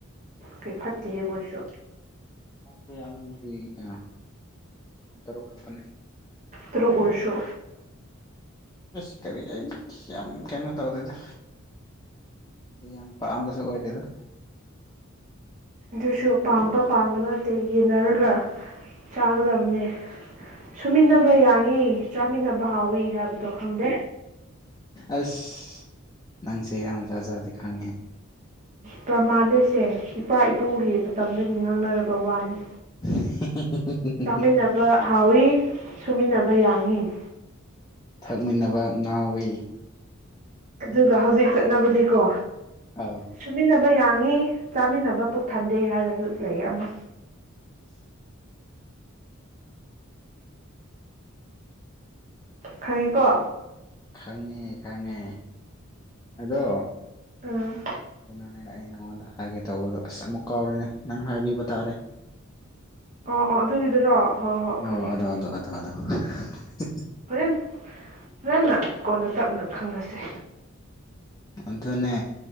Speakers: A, on the right; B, on the left.
A: ꯀꯩ ꯐꯠꯇꯦꯍꯦ ꯃꯣꯏꯁꯨ
B: ꯀꯌꯥꯅꯣ ꯃꯔꯤ ꯑꯥ ꯇꯔꯨꯛ ꯈꯛꯇꯅꯤ
A: ꯇꯔꯨꯛ ꯑꯣꯏꯔꯁꯨ
B: ꯑꯁ ꯀꯔꯤ ꯑꯩꯗꯤ ꯌꯥꯝ ꯀꯩꯅꯣ ꯇꯧꯗꯦꯗ ꯌꯥꯝ ꯄꯥꯝꯕꯁꯨ ꯑꯣꯏꯗꯦꯗꯥ
A: ꯗꯨꯁꯨ ꯄꯥꯝꯕꯥ ꯄꯥꯝꯗꯕ ꯌꯦꯟꯅꯔꯒ ꯆꯥꯒꯗꯕꯅꯦ ꯁꯨꯃꯤꯟꯅꯕ ꯕ ꯌꯥꯡꯏ ꯆꯥꯃꯤꯟꯅꯕ ꯍꯥꯎꯋꯤ ꯍꯥꯏꯕꯗꯣ ꯈꯪꯗꯦ
B: ꯑꯁ ꯅꯪꯁꯦ ꯌꯥꯝꯖꯥꯠ ꯖꯥꯠꯇꯤ ꯈꯪꯉꯦ
A: ꯄ꯭ꯔꯃꯥꯟꯅꯦꯁꯦ ꯏꯄꯥ ꯏꯄꯨꯒꯤ ꯃꯇꯝꯗꯒꯤ ꯉꯥꯡꯅꯔꯕ ꯋꯥꯅꯤ
B: <unintelligible>
A: ꯆꯥꯃꯤꯟꯅꯕ ꯍꯥꯎꯋꯤ ꯁꯨꯃꯤꯟꯅꯕ ꯌꯥꯡꯏ
B: ꯊꯛꯃꯤꯟꯅꯕ ꯉꯥꯎꯋꯤ
A: ꯑꯗꯨꯒ ꯍꯧꯖꯤꯛ ꯆꯠꯅꯕꯗꯤꯀꯣ
B: ꯑꯧ
A: ꯁꯨꯃꯤꯟꯅꯕ ꯕ ꯌꯥꯡꯏꯤ ꯆꯥꯃꯤꯟꯅꯕ ꯄꯨꯛ ꯊꯟꯗꯦ ꯍꯥꯏꯔꯁꯨ ꯂꯩꯌꯦ ꯑꯃ
B: <inaudible>
A: ꯈꯪꯉꯦꯀꯣ
B: ꯈꯪꯉꯦ ꯈꯪꯉꯦ ꯑꯗꯣ
A: ꯎꯝ
B: ꯀꯩꯅꯣꯅꯦꯅꯦ ꯑꯩ ꯅꯪꯉꯣꯟꯗ ꯍꯥꯏꯒꯦ ꯇꯧꯕꯗꯣ ꯑꯁ ꯑꯃꯨꯛ ꯀꯥꯎꯔꯅꯦ ꯅꯪ ꯍꯥꯏꯕꯤꯕ ꯇꯥꯔꯦ
A: ꯑꯣ ꯑꯣ ꯑꯗꯨꯒꯤꯗꯨꯔꯣ ꯍꯣꯏ ꯍꯣꯏ
B: ꯑꯣ
A: ꯈꯪꯉꯦ
B: ꯑꯗꯣ
A: ꯈꯪꯉꯦ
B: ꯑꯗꯣ <inaudible>
A: ꯍꯣꯔꯦꯟ ꯍꯣꯔꯟꯅ ꯀꯣꯟꯅ ꯇꯞꯅ ꯈꯪꯅꯁꯦ
B: ꯑꯗꯨꯅꯦ